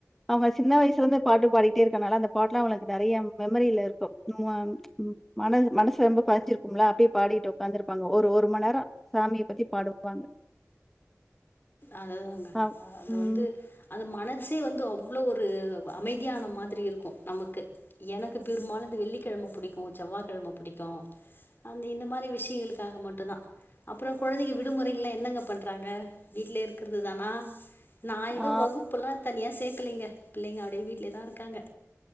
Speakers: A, in the centre; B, on the left.
A: அவுங்க சின்ன வய்சுலந்து பாட்டு பாடிட்டே இருக்கனால அந்த பாட்ல அவங்களுக்கு நெறைய ம் மெமரியில இருக்கு ம் ம் ச்ச் ம் மன மனசு ரொம்போ பதிஞ்சி ரும்ல அப்டே பாடிட்டு உக்காந்துருப்பாங்க ஒரு ஒரு மண் நேரோ சாமியை பத்தி பாடுவாங்க
B: அதுதாங்க
A: அ
B: அது
A: ம்.
B: வந்து அது மனசு <unintelligible> அவ்ளோ ஒரு வ அமைதியா ஆன மாதிரி இருக்கோ நமக்கு எனக்கு பெரூம்பாலு இந்த வெள்ளிக்கெழம புடிக்கோ செவ்வாக்கெழம புடிக்கோ அந் இந்த மாரி விஷியகளுக்காக மட்டுதா அப்புறோ குழந்தைதிக விடுமுறைகள்ள என்னங்க பண்றாங்க வீட்லே இருக்கிற்து தானா நா எது
A: ஆ
B: வகுப்பெல்லா தனியா கேக்கலைங்க பிள்ளைங்க ஆல்ரெடி வீட்லேயே தான் இரூக்காங்க